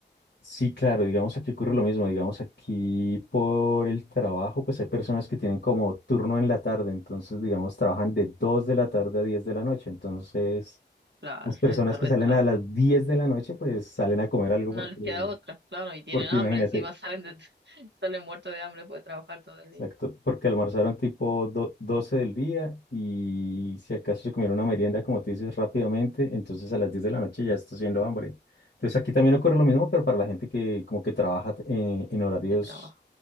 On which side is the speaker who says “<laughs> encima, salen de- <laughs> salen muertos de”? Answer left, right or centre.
Right